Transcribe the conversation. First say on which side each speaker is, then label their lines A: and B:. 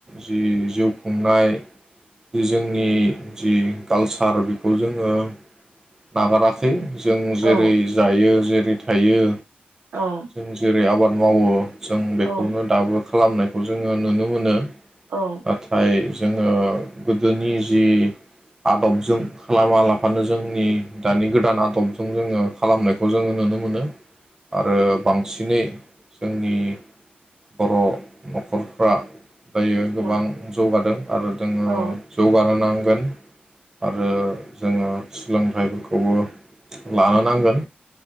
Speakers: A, on the right; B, on the right.
A: जि जिउ खुंनाय जि जोंनि जि कालसा सार बेखौ जोङो नागाराखै जों
B: औ
A: जेरै जायो जे फ्रि थायो
B: औ
A: जों जेरै आबाद मावो जों बेखौनो
B: औ
A: दाबो खालामनायखौ जोङो नुनो मोनो
B: औ
A: नाथाइ जोङो गोदोनि जि आदब जों खालामा लाफानो जोंनि दानि गोदान आदबजों जोङो खालामनायखौ जोङो नुनो मोनो आरो बांसिनै जोंनि बर नखरफ्रा दायो गोबां
B: औ
A: जौगादों आरो जोङो
B: औ
A: जौगानो नांगौ गोन आरो जोङो सोलोंथाइफोरखौबो लानो नांगोन